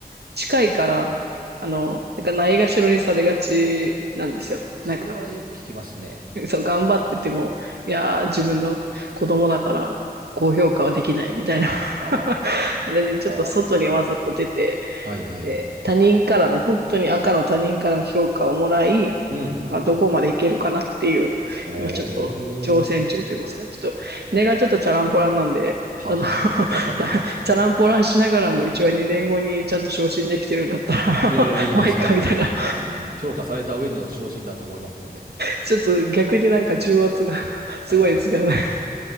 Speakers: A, on the right (about 85°); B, on the right (about 60°).
A: 近いから、あの、なんかないがしろにされがちなんですよ。
B: それはよく聞きますね。
A: なんか、そう、頑張ってても、いやー、自分の子供だから、高評価はできないみたいな。<laughs>
B: あ
A: なんで、ちょっと外にわざと出て、
B: あ。はいはい。
A: で、他人からの、本当に赤の他人からの評価をもらい、
B: うん。
A: まあ、どこまでいけるかなっていう、
B: お
A: 今ちょっと挑戦中と言いますか、
B: ー。
A: ちょっと、根がちょっとチャランポランなんで、
B: は。
A: あの、<laughs>
B: <laughs>
A: チャランポランしながらも一応2年後にちゃんと昇進できてるんだったら
B: いやいや、いいじゃないですか。
A: <laughs> まあいいかみたいな、
B: もう、あの、評価された上での昇進だと思いますので。
A: ちょっと逆になんか重圧が <laughs> すごいですけどね。
B: <laughs> あ